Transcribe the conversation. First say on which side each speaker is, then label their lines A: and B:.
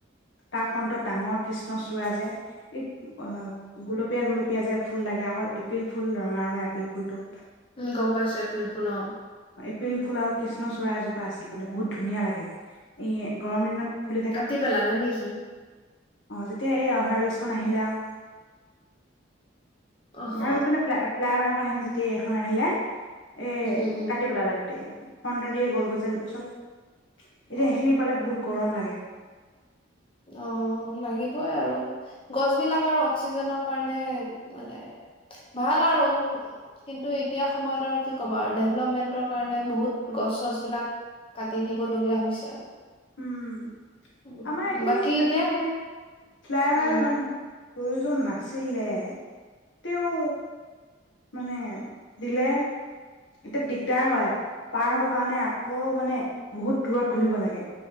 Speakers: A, on the left; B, on the left.
A: তাৰ ফ্ৰটত ডাঙৰ কৃষ্ণচূৰাজে এই অ', গোলপীয়া-গোলপীয়া পিয়াজাৰ ফুল লাগে আকৌ এপিল ফুল ৰঙা-ৰঙা এপিল ফুল টো।
B: উম, গম পাইছো এপ্ৰিল ফুল অ'।
A: পিল ফুলাও কৃষ্ণূড়জোপা আছিল মানে বহু ধুনীয়া লাগে দি এই গৰম দিনত ফুলি
B: কাটি পেলালে নেকি?
A: অহ যেতিয়া এই অভাৰ বিজখন আহিলে আৰু।
B: অহ
A: অভাৰ মান ফাই ফ্লাইভাৰখন এইখন যি গোটেই এখন আহিলে। এ
B: উম উম উম
A: কাটি পেলালে গ <unintelligible> ফ্ৰণ্ট দিয়ে গ'ল গজে উৎসৱ এতিয়া
B: অ
A: সেইখিনি পালে বহুত গৰম লাগে।
B: অ', লাগিবই আৰু! গছবিলাক আৰু অক্সিজেনৰ কাৰণে মানে ভাল আৰু কিন্তু, এতিয়া সময়ত আৰু কি ক'বা আৰু ডেভলপমেন্টৰ কাৰণে বহুত গছ-চছবিলাক কাটি দিবলগীয়া হৈছে আৰু।
A: উম
B: উম
A: আমাৰ এইখিনিত
B: বাকী
A: তেনেকে
B: এতিয়া
A: ফ্লাই
B: উম
A: অভাৰৰ ইমান প্ৰয়োজন নাছিলে তেওঁ মানে দিলে, এতিয়া দিগদাৰ হয় পাৰ হব কাৰণে আকৌ মানে বহুত দূৰত ঘূৰিব লাগে।